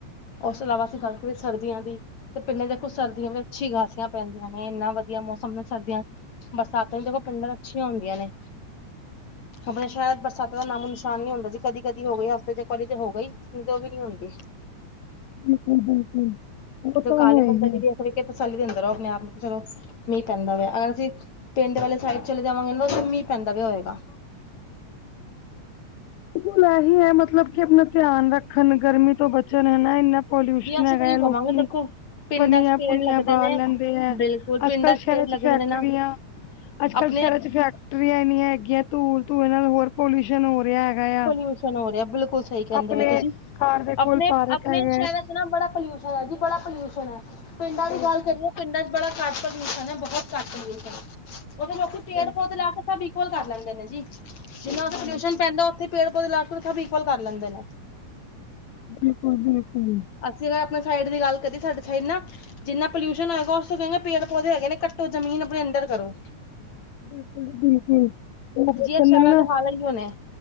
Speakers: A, on the left (about 65°); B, on the left (about 85°).
A: ਉਸ ਤੋਂ ਇਲਾਵਾ ਅਸੀਂ ਗੱਲ <unintelligible> ਸਰਦੀਆਂ ਦੀ ਤੇ ਪਿੰਨੇ ਦੇਖੋ ਸਰਦੀਆਂ ਵਿੱਚ ਅੱਛੀ ਗਾਸੀਆਂ ਪੈਂਦੀਆਂ ਨੇ ਇੰਨਾ ਵਧੀਆ ਮੌਸਮ ਨੇ ਸਰਦੀਆਂ ਬਰਸਾਤ ਦੇਖੋ ਪਿੰਡਾਂ ਅੱਛੀਆਂ ਹੁੰਦੀਆਂ ਨੇ। ਆਪਣੇ ਸ਼ਹਿਰ ਚ ਬਰਸਾਂ ਦਾ ਨਾਮ ਨਿਸ਼ਾਨ ਨੀ ਹੁੰਦਾ ਜੀ, ਕਦੀ-ਕਦੀ ਹੋਈ ਹਫ਼ਤੇ ਚ ਕਲੀ ਤੇ ਹੋ ਗਈ। ਦ ਵੀ ਨੀ ਹੁੰਂਦੀ।
B: ਬਿਲਕੁਲ-ਬਿਲਕੁਲ ਉਹ
A: ਜਦੋਂ
B: ਤਾਂ
A: ਕਾਲੇ
B: ਹੈ ਹੀ ਹੈ।
A: <unintelligible> ਆਪਣੇ ਆਪ ਨੂੰ ਚਲੋ ਮੀਂਹ ਪੈਂਦਾਆ ਅਗਰ ਅਸੀਂ ਪਿੰਡ ਵਾਲੇ ਸਾਈਡ ਚਲੇ ਜਾਵਗੇ ਨਾ ਮੀਂਹ ਪੈਂਦਾ ਵੀ ਹੋਏਗਾ।
B: ਬਿਲਕੁਲ ਇਹੀ ਹੈ ਮਤਲਬ ਕਿ ਆਪਣਾ ਧਿਆਨ ਰੱਖਣ, ਗਰਮੀ ਤੋਂ ਬਚਣ ਹਨਾ ਇੰਨਾ ਪੋਲਿਊਸ਼ਨ
A: ਜੀ ਅਸੀਂ
B: ਹੈਗਾ
A: ਤਾਂ ਇਹੀ
B: ਹੈ
A: ਕਵਾਂਗੇ
B: ਲੋਕੀ
A: ਦੇਖੋ ਪਿੰਡਾਂ
B: ਪੰਨੀਆਂ
A: ਚ ਪੇੜ
B: ਪੁੰਨੀਆਂ
A: ਲੱਗਦੇ
B: ਬਾਲ
A: ਨੇ
B: ਲੈਂਦੇ ਹੈ
A: ਬਿਲਕੁਲ ਪਿੰਡਾਂ
B: ਅੱਜ ਕੱਲ੍ਹ ਸ਼ਹਿਰਾਂ
A: ਪੇੜ
B: ਚ
A: ਲੱਗਦੇ
B: ਫੈਕਟਰੀਆਂ,
A: ਨੇ ਨਾ
B: ਅੱਜ
A: ਆਪਣੇ
B: ਕੱਲ੍ਹ ਸ਼ਹਿਰਾਂ ਚ ਫੈਕ ਟਰੀਆਂ ਇਨੀਆਂ ਹੈਗੀਆਂ ਧੂਲ ਧੂਏ ਨਾਲ ਹੋਰ ਪੋਲਿਊਸ਼ਨ ਹੋ ਰਿਹਾ। ਹੈਗਾ
A: ਪੋਲਿਊਸ਼ਨ
B: ਆ।
A: ਹੋ ਰਿਹਾ ਬਿਲਕੁਲ ਸਹੀ ਕਹਿੰਦੇ
B: ਆਪਣੇ
A: ਹੋ ਤੁਸੀਂ।
B: ਘਰ ਦੇ
A: ਆਪਣੇ-ਆਪਣੇ
B: ਕੋਲ ਪਾਰਕ ਹੈਗਾ।
A: ਸ਼ਹਿਰਾਂ ਬੜਾ ਪੋਲਿਊਸ਼ਨ ਹੈ ਜੀ ਬੜਾ ਪੋਊਸ਼ਨ ਹੈ ਪਿੰਡਾਂ
B: ਬਿਲਕੁਲ
A: ਦੀ ਗੱਲ ਕਰੀਏ ਪਿੰਡਾਂ ਚ ਬੜਾ ਘੱਟ ਪ੍ਰਦੂਸ਼ਣ ਹੈ, ਬਹੁਤ ਘੱਟ ਪ੍ਰਦੂਸ਼ਣ ਹੈ। ਉਹਦੇ ਲੋਕੀ ਪੇੜ
B: ਬਿਲਕੁਲ
A: ਪੌਦੇ ਲਾ ਕੇ। ਸਭ ਈਕੁਅਲ ਕਰ ਲੈਂਦੇ ਨੇ ਜੀ, ਜਿੰਨਾ ਉਹਦਾ
B: ਹਾਂਜੀ।
A: ਪੋਲਿਊਸ਼ਨ ਪੈਂਦਾ। ਤੇ ਪੇੜ ਪੌਦੇ ਲਾ ਕੇ ਸਭ ਇਕੁਅਲ ਕਰ ਲੈਂਦੇ ਨੇ।
B: ਬਿਲਕੁਲ-ਬਿਲਕੁਲ
A: ਅਸੀ ਅਗਰ ਆਪਣੇ ਸਾਈਡ ਦੀ ਗੱਲ ਕਰੀਏ ਸਾਡੇ ਸਾਈਡ ਨਾ ਜਿੰਨਾ ਪੋਲਿਊਸ਼ਨ ਹੋਏਗਾ ਉਸ ਤੋਂ ਚੰਗਾ ਪੇੜ ਪੌਦੇ ਹੈਗੇ ਨੇ ਕੱਟੋ ਜ਼ਮੀਨ ਆਪਣੇ ਅੰਦਰ ਕਰੋ।
B: ਬਿਲਕੁਲ ਜੀ ਬਿਲਕੁਲ <unintelligible>
A: ਜੀ ਇਹ ਸ਼ਹਿਰਾਂ ਦੇ ਹਾਲ ਇਹੀਓ ਨੇ